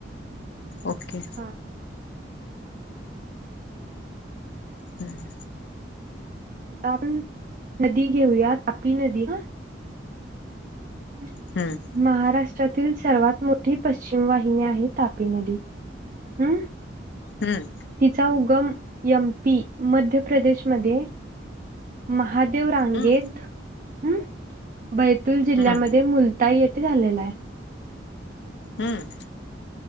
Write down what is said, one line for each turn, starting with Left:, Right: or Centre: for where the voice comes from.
Left: okay.
Right: हा.
Left: हम्.
Right: आता आपण नदी घेऊया तापी नदी ह. <unintelligible>
Left: हम्म.
Right: महाराष्ट्रातील सर्वात मोठी पश्चिम वाहिनी आहे तापी नदी हम्.
Left: हम.
Right: तिचा उगम यम पी मध्य प्रदेशमध्ये महादेव रांगेत
Left: हम्म
Right: ह बैतूल जिल्ह्यामध्ये
Left: हम्म
Right: मुल ताई येती झालेला हाय.
Left: हम्म,